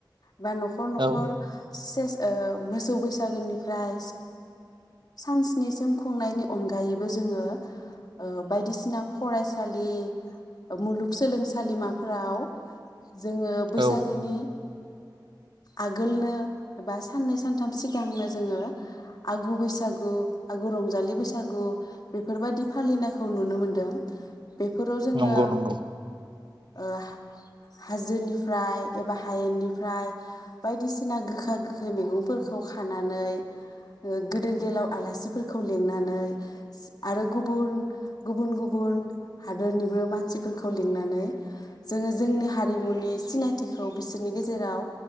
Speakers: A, on the left; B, on the right.
A: बा न'खर न'खर
B: औ
A: से ओ मोसौ बैसागोनिफ्राय सान स्नि खुंनायनि अनगायैबो जोंङो ओ बायदिसिना फरायसालि मुलुगसोलोंसालिमाफोराव। जोंङो बैसागोनि
B: औ
A: आगोलनो बा साननै सानथाम सिगांनो जोंङो आगु बैसागु आगु रंजालि बैसागु बेफोरबायदि फालिनायखौ नुनो मोनदों। बेफोराव जोंङो।
B: नंगौ नंगौ
A: ओ हाजोनिफ्राय एबा हायेननिफ्राय बायदिसिना गोखा-गोखै मैगंफोरखौ खानानै गेदेर गोलाव आलासिफोरखौ लिंनानै आरो गुबुन गुबुन गुबुन गुबुन हादोरनिबो मानसिफोरखौ लिंनानै जोंङो जोंनि हारिमुनि सिनायथिखौ बिसोरनि गेजेराव